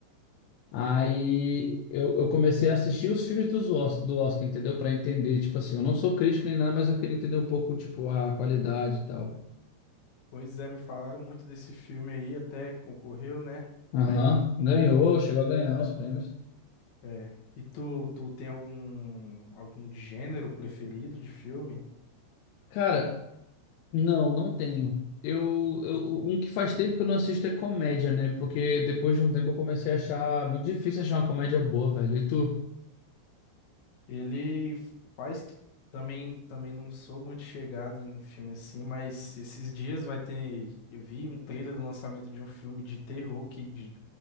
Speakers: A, on the left; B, on the left.
A: Aí eu, eu comecei a assistir os filmes dos Os- do Oscar, entendeu? Pra entender, tipo assim, eu não sou crítico nem nada, mas eu queria entender um pouco, tipo, a qualidade e tal.
B: Pois é, me falaram muito desse filme aí, até concorreu, né?
A: Aham,
B: Aí,
A: Ganhou,
B: tu-
A: chegou a ganhar os prêmios.
B: é. E tu, tu tem algum, algum gênero preferido de filme?
A: Cara, não, não tenho. Eu, eu, um que faz tempo que eu não assisto é comédia, né? Porque depois de um tempo eu comecei a achar muito difícil achar uma comédia boa, velho. E tu?
B: Ele faz também, também não sou muito chegado em filme assim, mas esses dias vai ter, eu vi um trailer do lançamento de um filme de terror que de-